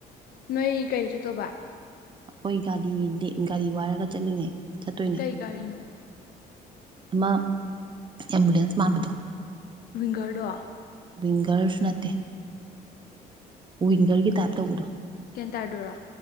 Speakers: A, on the left (about 60°); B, on the right (about 30°).
A: ꯅꯣꯏ ꯀꯩꯗ ꯆꯠꯇꯧꯕ
B: ꯑꯩꯈꯣꯏ ꯒꯥꯔꯤꯗꯤ ꯒꯥꯔꯤ ꯋꯥꯏꯔꯒ ꯆꯠꯂꯤꯅꯦ ꯆꯠꯇꯣꯏꯅꯦ
A: ꯀꯩ ꯀꯔꯤꯅꯣ
B: ꯑꯃ ꯑꯦꯝꯕꯨꯂꯦꯟꯁ ꯃꯥꯟꯕꯗꯣ
A: ꯋꯤꯡꯒꯔꯗꯣ
B: ꯋꯤꯡꯒꯔꯁꯨ ꯅꯠꯇꯦ ꯋꯤꯡꯒꯔꯒꯤ ꯇꯥꯏꯞ ꯇꯧꯕꯗꯣ
A: ꯀꯦꯟꯇꯔ ꯗꯨꯔꯣ